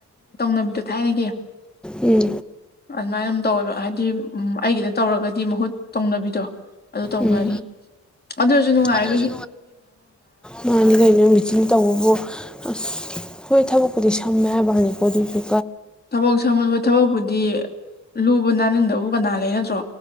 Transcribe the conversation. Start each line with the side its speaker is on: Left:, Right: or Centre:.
Left: ꯅꯕꯗꯣ ꯊꯥꯏꯅꯒꯤ
Centre: ꯎꯝ
Left: ꯑꯗꯨꯃꯥꯏꯅ ꯑꯗꯨꯝ ꯇꯧꯋꯦꯕ ꯍꯥꯏꯗꯤ ꯑꯩꯒꯤꯗ ꯇꯧꯔꯒꯗꯤ ꯃꯍꯨꯠ ꯇꯣꯡꯅꯕꯤꯗꯣ꯫ ꯑꯗꯨ ꯇꯧꯅꯔꯤ
Centre: ꯎꯝ
Left: ꯑꯗꯨꯖꯨ ꯅꯨꯡꯉꯥꯏ꯫
Centre: ꯑꯗꯨꯁꯨ ꯃꯥꯅꯤ ꯀꯩꯅꯣ ꯃꯤꯆꯤꯟꯅ ꯇꯧꯕꯕꯨ ꯑꯁ ꯍꯣꯏ ꯊꯕꯛꯄꯨꯗꯤ ꯁꯝꯃꯦ ꯍꯥꯏꯕꯋꯥꯅꯤ ꯑꯗꯨꯖꯨ
Left: ꯊꯕꯛ ꯁꯝꯃꯕ ꯊꯕꯛꯄꯨꯗꯤ ꯂꯨꯕ ꯅꯥꯅꯤꯡꯗꯕꯕꯨ ꯀꯅꯥ ꯂꯩ ꯅꯠꯇ꯭ꯔꯣ꯫